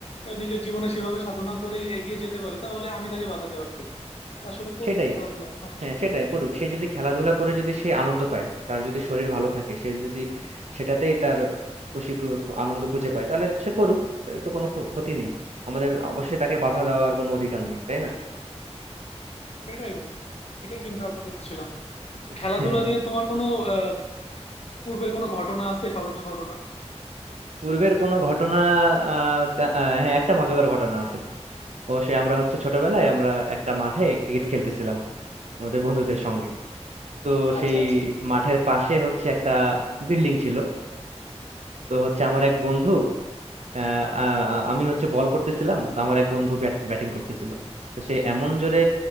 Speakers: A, on the left; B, on the right.
A: আহ, নিজের জীবনে সেভাবে সাধনা করে এগিয়ে যেতে পারে তাহলে আমি তাকে বাধা দেওয়ার কে আসলে করুক
B: সেটাই
A: খেলাধুলা সমস্যা
B: হ্যাঁ
A: কি?
B: সেটাই করুক সে যদি খেলাধুলা করে যদি সে আনন্দ পায় তার যদি শরীর ভালো থাকে সে যদি সেটাতেই তার খুশি খু- আনন্দ খুঁজে পায় তাহলে সে করুক এতে তো কোনো ক্ষ- ক্ষতি নেই আমাদের অবশ্যই তাকে বাধা দেওয়ার কোনো অধিকার নেই তাই না
A: সেটাই বন্ধু এটাই চিন্তা ভাবনা করছিলাম
B: <laughs>
A: খেলাধুলা নিয়ে তোমার কোনো আহ, পূর্বের কোনো ঘটনা আছে স্মরণীয় ঘটনা
B: পূর্বের কোনো ঘটনা আহ তা- আহ, হ্যাঁ একটা মজাদার ঘটনা আছে অবশ্যই আমরা হচ্ছে ছোটবেলায় আমরা একটা মাঠে ক্রিকেট খেলতেছিলাম আমাদের বন্ধুদের সঙ্গে তো
A: আচ্ছা
B: সেই
A: আচ্ছা
B: মাঠের পাশে হচ্ছে একটা বিল্ডিং ছিল তো হচ্ছে আমার এক বন্ধু আহ, আ- আ- আমি হচ্ছে বল করতেছিলাম তো আমার এক বন্ধু ব্যাট ব্যাটিং করতেছিল তো সে এমন জোরে